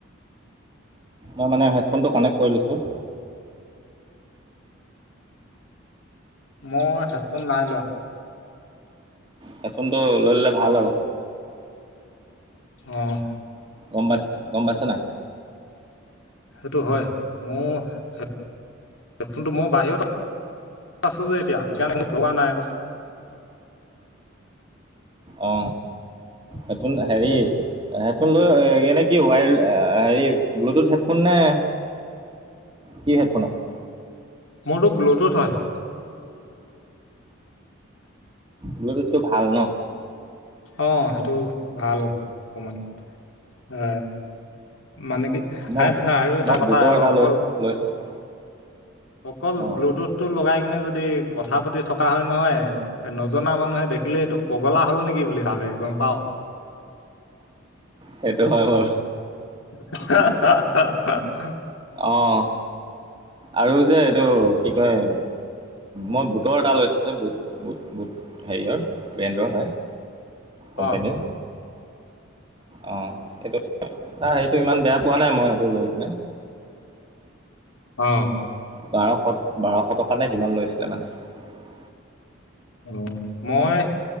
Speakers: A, on the right (about 25°); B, on the left (about 85°).
A: মই মানে হেডফোনটো কানেক্ট কৰি লৈছো।
B: মোৰ হেডফোন নাই লোৱা।
A: সডফোনটো লৈ ললে ভাল আৰু।
B: আহ।
A: গম পাইছ গম পাইছ নাই?
B: সেইটো হয়। মোৰ হেডফোনটো মই বাহিৰত আছো যে এতিয়া, সেইকাৰণে লগা নাই আকৌ।
A: অ, হেডফোন হেৰি হেডফোন লৈ এনে কি ৱায় হেৰি ব্লুটুথ হেডফোন নে? কি হেডফোন আছে?
B: মোৰ তো ব্লুটুথ হয়।
A: ব্লুটুথ তো ভাল ন?
B: অ, সেইটো ভাল অকমান। এ, মানে কি
A: মই
B: আৰু এটা
A: মই
B: কথা
A: বুটৰ এটা
B: অকল
A: লৈ লৈ থৈছোঁ
B: অকল
A: অ',
B: ব্লুটুথ টো লগাই কিনে যদি কথা পাতি থকা হয় নহয় এ নজনা মানুহে দেখিলে এইটো পগলা হল নেকি বুলি ভাবে। গম পাও।
A: সেইটো হয় বাৰু।
B: <inaudible>
A: অঁ, আৰু যে এইটো কি কয়? মই বুটৰ এটা লৈছো বুট বু বুট হেৰিৰ ব্ৰেণ্ডৰ হয়। কোম্পানী।
B: অ
A: অ, সেইটো সেইটো ইমান বেয়া পোৱা নাই মই সেইটো লৈ কিনে।
B: অ।
A: বাৰশ বাৰশ টকা নে কিমান লৈছিলে মানে।
B: অ, মই